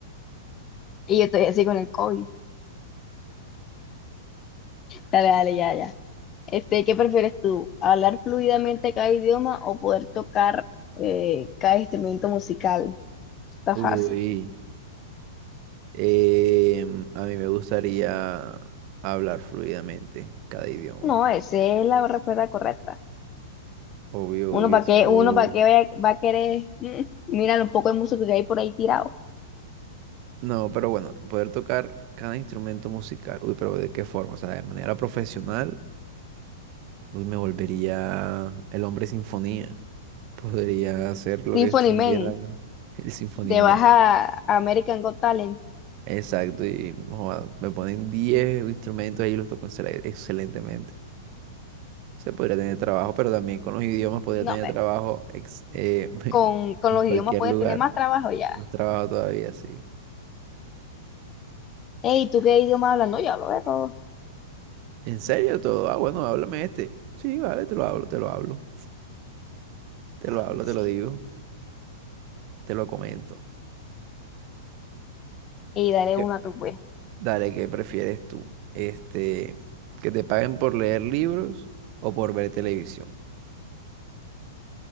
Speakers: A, on the left; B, on the right.
A: Y yo estoy así con el COVID, dale, dale, ya, ya. Este, ¿qué prefieres tú? ¿Hablar fluidamente cada idioma o poder tocar eh, cada instrumento musical? Está
B: Uy,
A: fácil.
B: em, a mí me gustaría hablar fluidamente cada idioma.
A: No, esa es la respuesta correcta.
B: Obvio,
A: Uno
B: obvio,
A: para
B: eso.
A: qué, uno para qué vaya- va a querer, mm, mira un poco de música que hay por ahí tirado.
B: No, pero bueno, poder tocar cada instrumento musical. Uy, pero ¿de qué forma? O sea, de manera profesional. Uy, me volvería el hombre sinfonía. Podría hacer lo
A: Symphony
B: que se
A: Man,
B: me diera la gana. <laughs> El sinfonía.
A: te vas a a American Got Talent.
B: Exacto, y joda, me ponen 10 instrumentos ahí y los toco excel- excelentemente. Se podría tener trabajo, pero también con los idiomas podría
A: No,
B: tener
A: hombre,
B: trabajo ex- eh, <laughs>
A: con, con
B: en
A: los
B: cualquier
A: idiomas puedes
B: lugar.
A: tener más trabajo ya.
B: Más trabajo todavía, sí.
A: Ey, ¿tú qué idioma hablas? No, yo hablo de todo.
B: ¿En serio todo? Ah, bueno, háblame este. Sí, vale, te lo hablo, te lo hablo. Te
A: Ah,
B: lo hablo,
A: sí.
B: te lo digo, te lo comento.
A: Y daré
B: ¿Qué?
A: una tú, pues.
B: Dale, ¿qué prefieres tú? Este, ¿que te paguen por leer libros o por ver televisión?